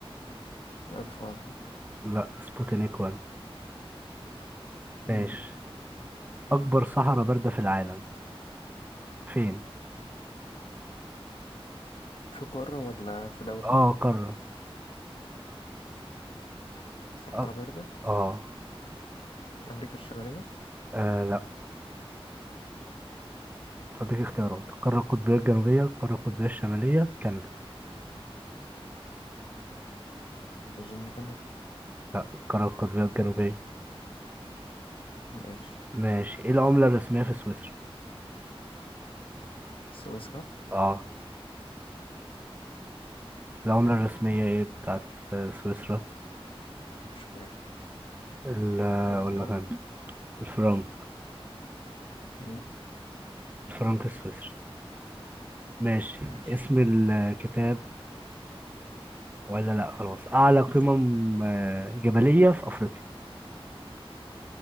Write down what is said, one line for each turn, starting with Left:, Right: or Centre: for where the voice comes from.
Left: ألف وان
Right: لا سبوتينيك 1
Left: مم.
Right: ماشي اكبر صحراء بارده في العالم فين
Left: في قارة ولا في دولة؟
Right: اه قاره
Left: صحراء
Right: اه,
Left: باردة
Right: آه.
Left: أمريكا الشمالية
Right: آه لا هديك اختيارات القارة القطبية الجنوبية القارة القطبية الشمالية كندا
Left: أظن كندا
Right: لا القارة القطبية الجنوبية
Left: ماشي
Right: ماشي ايه العملة الرسمية في سويسرا
Left: سويسرا
Right: اه العملة الرسمية ايه بتاعت آه، سويسرا
Left: مش عارف
Right: ال
Left: الاختيارات
Right: ولا كان الفرنك
Left: مم.
Right: الفرنك السويسري ماشي
Left: ماشي
Right: اسم الكتاب ولا لا خلاص أعلى قمم آه، جبلية في أفريقيا